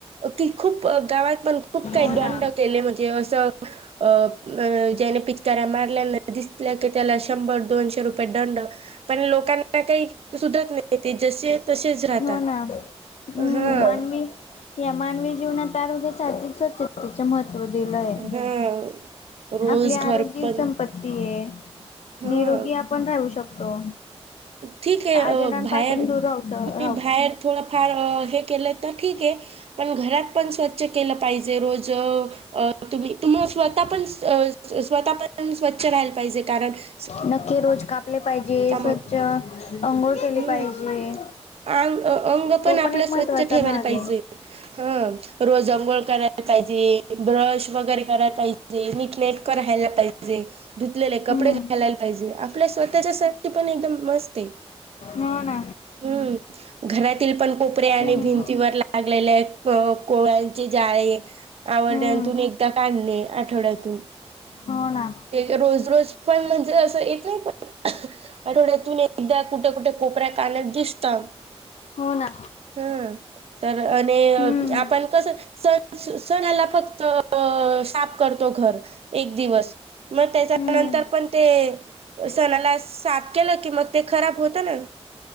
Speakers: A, on the right (about 65°); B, on the left (about 80°).
A: कि खूप- गावात पण खूप काही
B: हो
A: दंड
B: ना
A: केले, म्हणजे असं अ- अ ज्याने पिचकाऱ्या मारल्यान दिसल्या का, त्याला शंभर दोनशे रुप- का दंड पण लोकां- का काही सुधरत नाही ते, जसे आहेत तसेच राहतात.
B: हो ना हम्म
A: हा.
B: मानवी या मानवी जीवनात आरोग्य साहजिक स्वच्छतेचे महत्- त्व दिलंय.
A: हा रोज
B: आपली आरोग्य
A: घर
B: ही
A: पण
B: संपत्ती आहे.
A: हा
B: निरोगी आपण राहू शकतो.
A: ठीक आहे,
B: आजारांपासून
A: अ बाहेर
B: दूर राहू राहू
A: तुम्ही बाहेर- थोडंफार अ हे केलं तर ठीक आहे, - पण घरात पण स्वच्छ केलं पाहिजे. रोज अ- तुम्ही तुम स्वतः पण, स्वतः पण स्वच्छ राहायला पाहिजे. कारण, -
B: नखे रोज कापले पाहिजे स्वच्छ.
A: मग
B: आंघोळ केली
A: हम्म
B: पाहिजे.
A: अंग अंग
B: तो
A: आपलं
B: पण एक महत्त्वाचा
A: स्वच्छ ठेवायला
B: भाग
A: पाहिजे
B: आहे.
A: हा, रोज अंघोळ करायला पाहिजे, ब्रश वगैरे करायला पाहिजे. नीक्लेट करायला पा- पाहिजे, धुतलेले कपडे
B: हम्म
A: घालायला पाहिजे, आपल्या स्वतःच्या साठी पण एकदम- तेच ते.
B: हो ना
A: हं. घरातील पण कोपऱे आणि
B: हम्म
A: भिंतीवर लागलेले कोळ्यांचे जाळे- आवर्ड्यांतून
B: हम्म
A: एकदा काढणे, आठवड्यातून.
B: हो ना.
A: ते का रोज, रोज पण म्हणजे असं येत नाही, पण- आठवड्यातून एकदा कुठे, कुठे कोपऱ्या कान्यात दिसतात.
B: हो ना.
A: हा, तर आणि
B: हम्म
A: आपण कस स- सणाला फक्त साफ करतो घर, एक दिवस. मग त्याच्यानंतर
B: हम्म
A: पण ते - सणाला साफ केलं की, मग ते खराब होत ना?